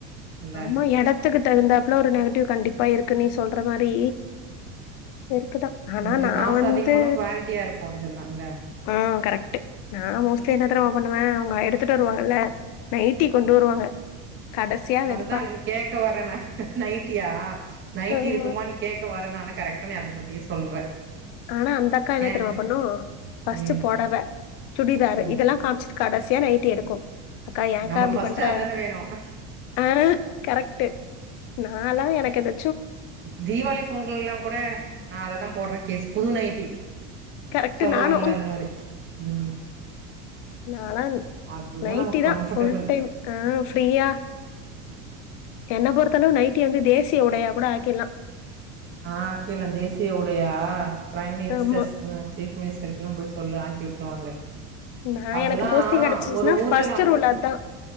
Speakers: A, on the right; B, on the left.
A: இல்ல
B: ஆமா எடத்துக்கு தகுந்தாப்ல ஒரு நெகட்டிவ் கண்டிப்பா இருக்குனே சொ சொல்ற மாரீ இருக்குதா ஆனா
A: கொஞ்சோ
B: நா
A: காசு
B: வந்தூ
A: அதிகமான குவாலிட்டியா இருக்கு இதெல்லா இல்ல
B: ஆ கரெக்ட்டு நா மோஸ்ட்லி என்ன தெருமா பண்ணுவ அவங்க எடு த்துட்டு வருவாங்கல்ல நைட்டி கொண்டு வருவாங்க கடசியா அதெடுத்
A: தா கேக்க வர்ர நா நைட்டியா நைட்டி
B: ஆமா.
A: இருக்குமானு கேக்க வர்ரனா ஆனா கரெக்டா நீ அத பத்தியே சொல்ற
B: ஆனா அந்த அக்கா என்ன
A: ஏன்
B: தெருமா பண்ணூ பர்ஸ்ட்
A: ம்
B: புடவ சுடிதாரு
A: ம்
B: இதெல்லா காம்ச்சுட் கடசி யா நைட்டி எடுக்கூ அக்கா ஏன்க்கா
A: நமக்கு
B: இப்டி
A: ஃபர்ஸ்ட்
B: பண்ற
A: அதான வேணு
B: ஆஹ் கரெக்ட்டு நா எல்லா எனக்கெது
A: தீவாளி பொங்கல் லாங் குட நா அததா போட்ற கேஸ் புதுநைட்டி
B: கரெக்ட்டு
A: சொல்லுவாங்கள்ள
B: நானும்.
A: அந்த மாரி ம்
B: நாலான்
A: அதுதா
B: நைட்டிதா
A: நமக்கு கம்ஃபர்டபிள்
B: ஃபுல் டைம் ஆஹ் ஃப்ரிய்யா என்ன பொறுத்தளவு நைட்டிய வந்து தேசிய உடையா கூட ஆக்கிட்லா
A: ஆ ஆக்கிலா தேசிய உடையா ப்ரைம் மினிஸ்டர்ஸ்
B: ஆமா
A: சீஃப் மினிஸ்டர்ட்லா பொய் சொல்லு ஆக்கி ட்றுவாங்க
B: நான்
A: அதுல்லா
B: எனக்கு போஸ்டிங் கிடைச்சிச்சுன்னா
A: ஒரு ஊர்ல
B: ஃபர்ஸ்ட்
A: நா வந்து
B: ரூல் அதான்